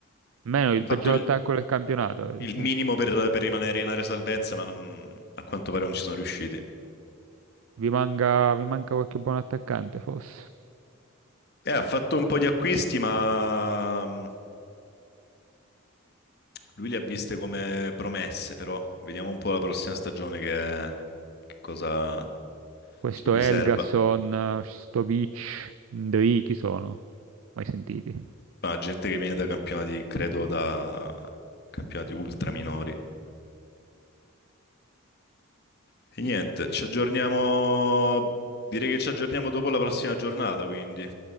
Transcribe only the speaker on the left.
fatto
il,
il
minimo per, per rimanere in area salvezza, ma non- a quanto pare non ci sono riusciti.
Eh, ha fatto un po' di acquisti, ma mm, lui li ha viste come promesse, però vediamo un po' la prossima stagione che, che cosa
ci riserva.
ma gente che viene da campionati, credo da campionati ultra minori. E niente, ci aggiorniamo. Direi che ci aggiorniamo dopo la prossima giornata, quindi